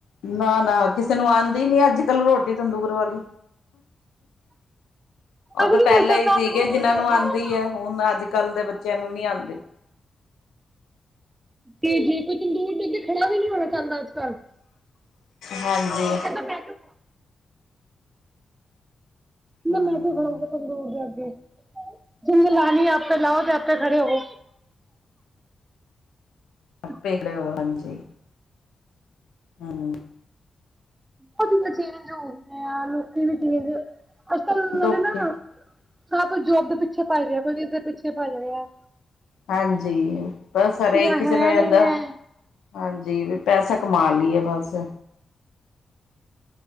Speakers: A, on the left (about 85°); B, on the right (about 20°).
A: ਨਾ-ਨਾ, ਕਿਸੇ ਨੂੰ ਆਂਦੀ ਨੀ ਅੱਜ-ਕੱਲ ਰ੍ਹੋਟੀ ਤੰਦੂਰ ਵਾਲੀ। ਓ ਤਾ‌
B: ਅਸੀਂ ਵੀ
A: ਪਹਿਲਾਂ
B: ਨਹੀਂ
A: ਹੀ ਸੀਗੇ,
B: ਤੰਦੂਰ
A: ਜਿਹਨਾਂ
B: ਦੇ
A: ਨੂੰ
B: ਅੱਗੇ
A: ਆਂਦੀ ਏ। ਹੁਨ, ਅੱਜ-ਕੱਲ ਦੇ ਬੱਚਿਆਂ ਨੂੰ ਨਹੀ ਆਂਦੀ।
B: ਤੇ, ਜੇ ਕੋਈ ਤੰਦੂਰ ਦੇ ਅੱਗੇ ਖੜਾ ਵੀ ਨੀ ਹੋਣਾ ਚਾਂਹਦਾ ਅੱਜ-ਕੱਲ,
A: ਹਾਂਜੀ
B: ਓ ਕਹਿੰਦਾ ਮੈਂ, ਕਿਂਓ ''ਮੈਂ
A: ਹੂੰ
B: ਤੋ ਖਾਕੇ, ਤੰਦੂਰ ਦੇ ਅੱਗੇ ਜਿੰਨੁ ਲਾਣੀ ਆਪੇ ਲਾਓ, ਤੇ ਆਪੇ ਖੜੇ ਹੋਵੋ। <unintelligible> <unintelligible>
A: ਵੇਖ ਰਹੇ ਹੋ, ਹਾਂਜੀ। ਹੂੰ
B: ਬਹੁਤ ਚੀਜ਼ਾਂ ਚੇਂਜ ਹੋਗੀਆਂ, ਲੋਕੀ ਵੀ ਚੇਂਜ ਹੋਏ, ਅੱਜ-ਕੱਲ ਨਾਲੇ
A: ਲੋਕੀ
B: ਨਾ ਸਭ ਜੌਬ ਦੇ ਪਿੱਛੇ ਭੱਜ ਰਿਹਾ, ਕੋਈ ਇਸਦੇ ਪਿੱਛੇ ਭੱਜ ਰਿਹਾ।
A: ਹਾਂਜੀ। ਬਸ
B: ਕੁੜੀਆਂ
A: ਹਰੇਕ ਕਿਸੇ
B: ਹੈ
A: ਨੁੰ
B: ਨੀ
A: ਹੁੰਦਾ
B: ਹੈ।
A: ਹਾਂਜੀ, ਵੀ ਪੈਸਾ ਕਮਾ ਲੀਏ, ਬਸ।